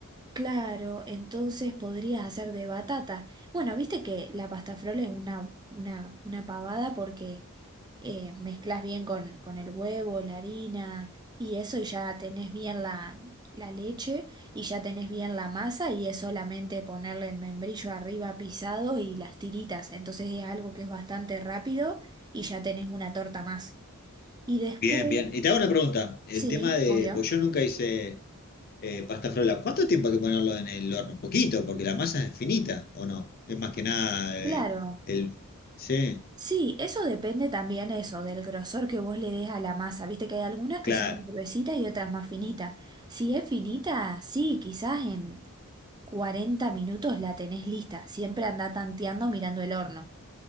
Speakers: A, on the right; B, on the left.
A: Claro, entonces podrías hacer de batata. Bueno, viste que la pasta frola es una, una, una pavada porque eh, mezclas bien con, con el huevo, la harina y eso, y ya tenés bien la, la leche y ya tenés bien la masa, y es solamente ponerle el membrillo arriba pisado y las tiritas. Entonces es algo que es bastante rápido y ya tenés una torta más. Y después,
B: Bien, bien. Y te hago una pregunta. El
A: sí,
B: tema de,
A: obvio,
B: pues yo nunca hice eh, pasta frola. ¿Cuánto tiempo hay que ponerlo en el horno? Un poquito, porque la masa es finita, ¿o no? Es más que nada eh,
A: claro.
B: el... Sí,
A: Sí, eso depende también eso, del grosor que vos le des a la masa. Viste que hay algunas que
B: claro,
A: son más gruesitas y otras más finitas. Si es finita, sí, quizás en 40 minutos la tenés lista. Siempre anda tanteando mirando el horno.